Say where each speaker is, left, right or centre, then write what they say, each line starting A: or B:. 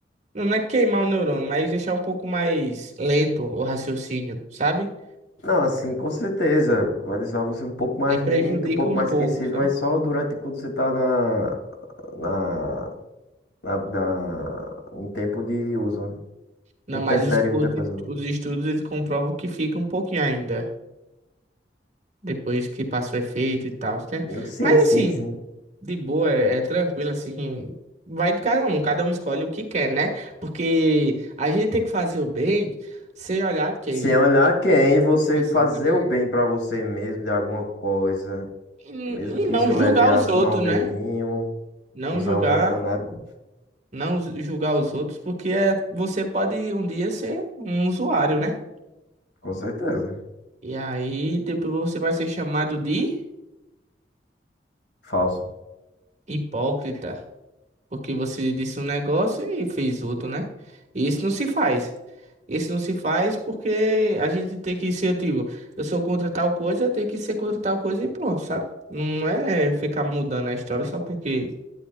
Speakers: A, on the right; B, on the left.
A: Não, não é queimar o neurônio, mas deixar um pouco mais lento o raciocínio, sabe?
B: Não, assim, com certeza. Vai deixar você um pouco mais
A: Aí prejudica
B: lento, um pouco
A: um
B: mais
A: pouco,
B: esquecido,
A: sabe?
B: mas só durante quando você tá na, na, na, na- em tempo de uso, né?
A: Não,
B: Não interfere
A: mas os,
B: em
A: os,
B: muita coisa, não.
A: os estudos eles comprovam que fica um pouquinho ainda depois que passa o efeito e tal, né?
B: Eu- Sim,
A: Mas
B: sim,
A: assim,
B: sim.
A: De boa, é, é tranquilo, assim. Vai de cada um, cada um escolhe o que quer, né? Porque a gente tem que fazer o bem sem olhar quem.
B: Sem olhar quem, você
A: Exatamente.
B: fazer o bem pra você mesmo de alguma coisa.
A: E,
B: Mesmo
A: e
B: que
A: não
B: isso
A: julgar
B: leve a
A: os
B: fumar
A: outros,
B: um verdinho,
A: né? Não
B: usar
A: julgar,
B: um óleo canábico,
A: não ju- julgar os outros, porque é, você pode um dia ser um usuário, né?
B: com certeza.
A: E aí depois você vai ser chamado de
B: Falso.
A: hipócrita. Porque você disse um negócio e fez outro, né? E isso não se faz. Isso não se faz porque a gente tem que ser, eu digo, eu sou contra tal coisa, eu tenho que ser contra tal coisa e pronto, sabe? Não é ficar mudando a história só porque,